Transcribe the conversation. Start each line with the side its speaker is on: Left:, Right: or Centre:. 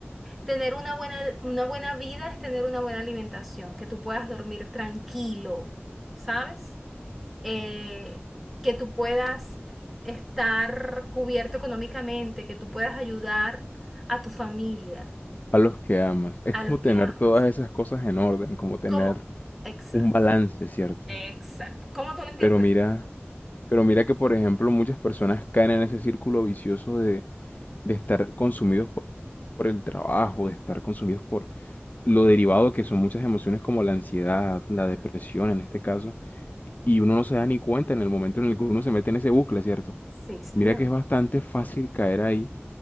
Centre: Tener una buena, una buena vida es tener una buena alimentación, que tú puedas dormir tranquilo, ¿sabes? eh, que tú puedas estar cubierto económicamente, que tú puedas ayudar a tu familia,
Left: a los que amas. Es
Centre: a
Left: como
Centre: los que
Left: tener
Centre: amas.
Left: todas esas cosas en orden, como tener
Centre: ¿Cómo? Exacto,
Left: un balance, ¿cierto?
Centre: exacto. ¿Cómo tú lo interpretas?
Left: Pero mira, pero mira que, por ejemplo, muchas personas caen en ese círculo vicioso de, de estar consumidos po- por el trabajo, de estar consumidos por lo derivado que son muchas emociones como la ansiedad, la
Centre: Claro.
Left: depresión en este caso, y uno no se da ni cuenta en el momento en el que uno se mete en ese bucle, ¿cierto?
Centre: Sí, señor.
Left: Mira que es bastante fácil caer ahí